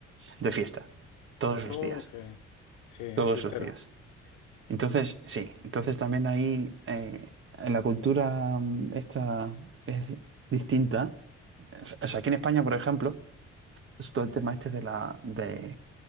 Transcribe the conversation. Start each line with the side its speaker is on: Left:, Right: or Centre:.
Right: de fiesta, todos
Left: Oh,
Right: los días,
Left: ok, sí, es
Right: todos
Left: fiestero.
Right: los días. Entonces, sí, entonces también ahí eh, en la cultura mm, esta es distinta. O sea, aquí en España, por ejemplo, es todo el tema este de la, de